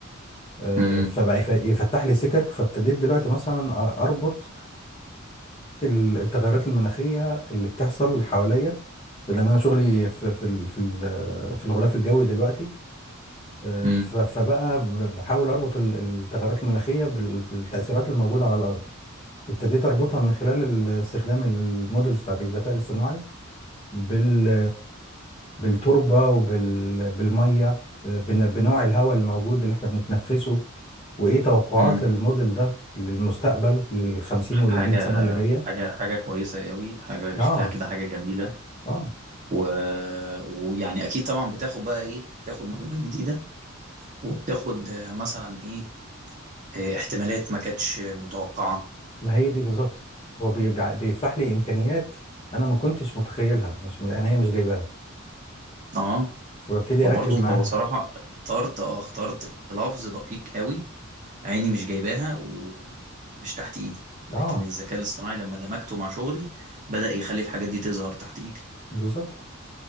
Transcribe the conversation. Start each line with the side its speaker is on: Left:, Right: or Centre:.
Left: آه،
Right: امم
Left: فبقى يف- يفتح لي سكك فابتديت دلوقتي مثلا أ- اربط ال- التغيرات المناخيه اللي بتحصل حواليا لان انا شغلي في في ال- في ال- في الغلاف الجوي دلوقتي آه،
Right: امم
Left: ف- فبقى ب- بحاول اربط ال- التغيرات المناخيه بال- بالتاثيرات الموجوده على الارض ابتديت اربطها من خلال ال- استخدام المودلز بتاعت الذكاء الاصطناعي بال بالتربة وبالمية بنوع الهواء الموجود اللي احنا بنتنفسه وإيه توقعات
Right: امم
Left: الموديل ده للمستقبل للخمسين وللمية
Right: حاجه
Left: سنة اللي جاية
Right: حاجة حاجة كويسة قوي حاجة
Left: آه
Right: شكلها كده حاجة جميلة
Left: آه
Right: و... ويعني أكيد طبعا بتاخد بقى إيه بتاخد معلومات جديدة وبتاخد آه، مثلا إيه آه، احتمالات ما كانتش متوقعة
Left: ما هي دي بالظبط هو بي- بيفتح لي إمكانيات أنا ما كنتش متخيلها مش يعني هي مش جايباها
Right: أه
Left: فببتدي
Right: وبرضه
Left: أركز معاها
Right: أنت بصراحة اخترت أه اخترت لفظ دقيق قوي عيني مش جايباها ومش تحت إيدي
Left: آه
Right: لكن الذكاء الاصطناعي لما دمجته مع شغلي بدأ يخلي الحاجات دي تظهر تحت إيدي
Left: بالظبط